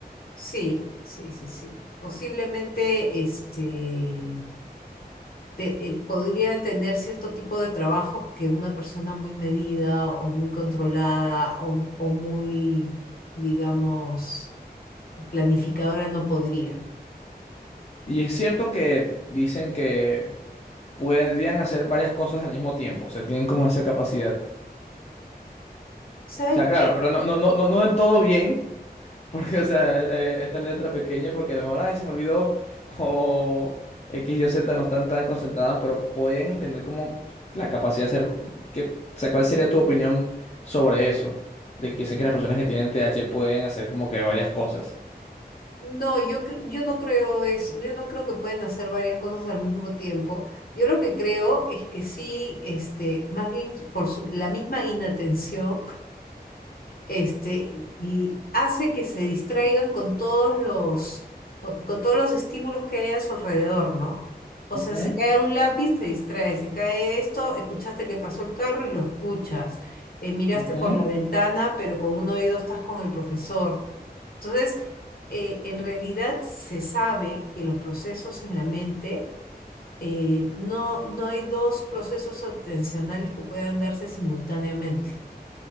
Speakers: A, on the left; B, on the left.
A: Sí, sí, sí, sí. Posiblemente este, te- eh, podrían tener cierto tipo de trabajos que una persona muy medida o muy controlada o, o muy, digamos, planificadora no podría.
B: Y es cierto que dicen que podrían hacer varias cosas al mismo tiempo, o sea, tienen como esa capacidad.
A: ¿Sabes
B: O sea, claro,
A: qué?
B: pero no, no, no, no, no del todo bien, <laughs> porque, o sea, eh, eh, esta letra pequeña, porque a lo mejor, ay, se me olvidó, <laughs> o X, Y, Z no están tan concentrados, pero pueden tener como la capacidad de hacer, que, o sea, ¿cuál sería tu opinión sobre eso? De que dicen que las personas que tienen T H pueden hacer como que varias cosas.
A: No, yo, cre- yo no creo eso, yo no creo que pueden hacer varias cosas al mismo tiempo. Yo lo que creo es que sí, este, más bien por su- la misma inatención este, y hace que se distraigan con todos los, co- con todos los estímulos que hay a su alrededor, ¿no? O
B: Ujú,
A: sea, se cae un lápiz, te distrae, se cae esto, escuchaste que pasó el carro y lo escuchas, Eh, miraste
B: ujú.
A: por la ventana, pero con un oído estás con el profesor. Entonces, eh, en realidad se sabe que los procesos en la mente, eh, no, no hay dos procesos atencionales que puedan darse simultáneamente.